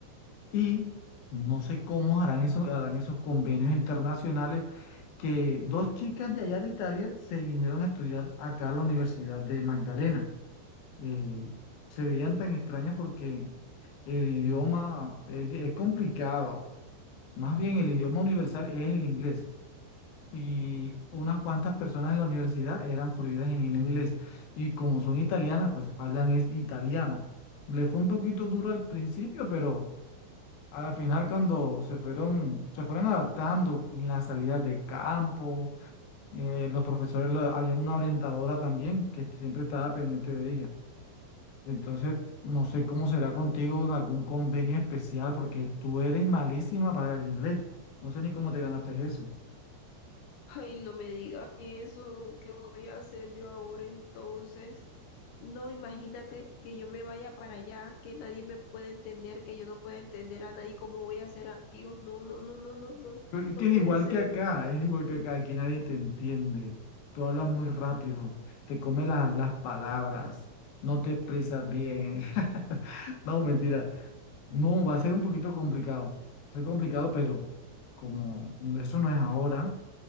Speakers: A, on the left; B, on the left.
A: Y no sé cómo harán esos, harán esos convenios internacionales que dos chicas de allá de Italia se vinieron a estudiar acá a la Universidad de Magdalena eh, se veían tan extrañas porque el idioma es, es complicado. Más bien el idioma universal es el inglés. Y unas cuantas personas en la universidad eran fluidas en el inglés. Y como son italianas, pues hablan es italiano. Le fue un poquito duro al principio, pero a la final cuando se fueron, se fueron adaptando en las salidas de campo, eh, los profesores, lo- había una orientadora también que siempre estaba pendiente de ella. Entonces, no sé cómo será contigo de algún convenio especial, porque tú eres malísima para el inglés. No sé ni cómo te ganaste eso.
B: Ay, no me digas eso, ¿qué voy a hacer yo ahora entonces? No, imagínate que yo me vaya para allá, que nadie me pueda entender, que yo no pueda entender a nadie, ¿cómo voy a hacer amigos? No, no, no, no, no, no,
A: Pero es
B: no
A: que
B: puede
A: es igual
B: ser.
A: que acá, es igual que acá, aquí nadie te entiende. Tú hablas muy rápido, te comes la- las palabras, no te expresas bien. <laughs> No, mentira. No, va a ser un poquito complicado. Va a ser complicado, pero como eso no es ahora,